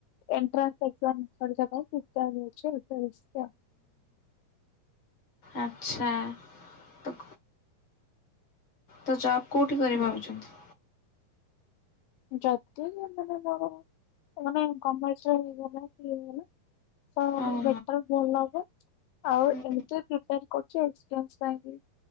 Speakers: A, on the left (about 80°); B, on the left (about 35°).
A: ଏଣ୍ଟ୍ରାନ୍ସ ଏକ୍ଜାମ ପରୀକ୍ଷା ପାଇଁ ପ୍ରିପେଆର୍ ହୋଉଛି ଆଉ। <unintelligible>
B: ଆଚ୍ଛା। ତ ତ ଜବ୍ କୋଉଠି କରି ଭାବୁଛନ୍ତି?
A: ଯଦି ମାନେ ମୋର ମାନେ ଗଭ୍ମେଣ୍ଟରେ ହେଇଗଲା ଇଏ ହେଇଗଲା ତ
B: ଓହୋ
A: ବେଟର ଭଲ ହବ। ଆଉ
B: ହୁଁ
A: ଏମିତି ପ୍ରିପେୟର କରୁଚି ଏନ୍ଟ୍ରାନ୍ସ ପାଇଁ ବି।